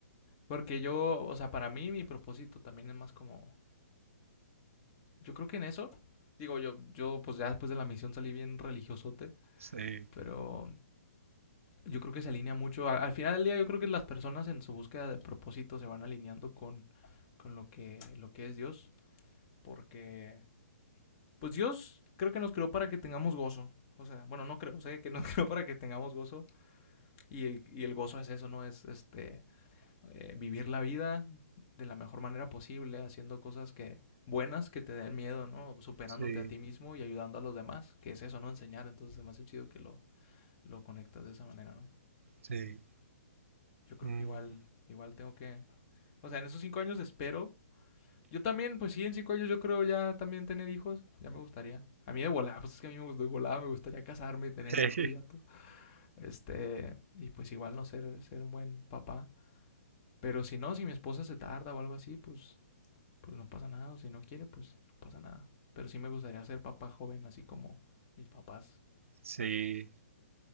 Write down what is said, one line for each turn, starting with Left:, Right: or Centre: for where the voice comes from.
Left: porque yo, o sea, para mí mi propósito también es más como... Yo creo que en eso, digo yo, yo pues ya después de la misión salí bien religiosote,
Right: sí.
Left: pero yo creo que se alinea mucho. Al, al final del día yo creo que las personas en su búsqueda de propósito se van alineando con, con lo, que, lo que es Dios. Porque, pues Dios creo que nos creó para que tengamos gozo. O sea, bueno, no creo, sé que nos <laughs> creó para que tengamos gozo. Y, y el gozo es eso, ¿no? Es este eh, vivir la vida de la mejor manera posible, haciendo cosas que buenas que te den miedo, ¿no? Superándote
Right: Sí,
Left: a ti mismo y ayudando a los demás, que es eso, ¿no? Enseñar. Entonces es más chido que lo, lo conectas de esa manera, ¿no?
Right: sí.
Left: Yo creo
Right: mm,
Left: que igual, igual tengo que O sea, en esos cinco años espero. Yo también, pues sí, en cinco años yo creo ya también tener hijos. Ya me gustaría. A mí de volada, pues es que a mí me gustó de volada, me gustaría casarme y tener
Right: <laughs>
Left: hijos y ya todo. Este, y pues igual no ser, ser un buen papá. Pero si no, si mi esposa se tarda o algo así, pues, pues no pasa nada. O si no quiere, pues no pasa nada. Pero sí me gustaría ser papá joven, así como mis papás
Right: Sí,